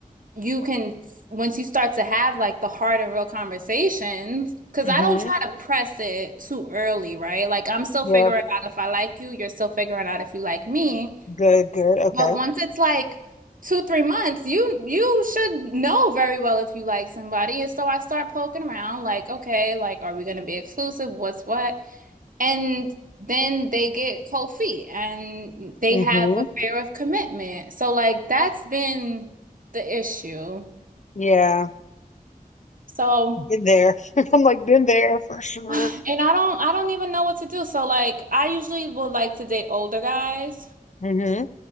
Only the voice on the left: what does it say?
Mm-hmm.
Yep.
Good, good. Okay.
Mm-hmm.
Mm-hmm.
Yeah.
Been there. <laughs> I'm like been there for sure.
Mm-hmm.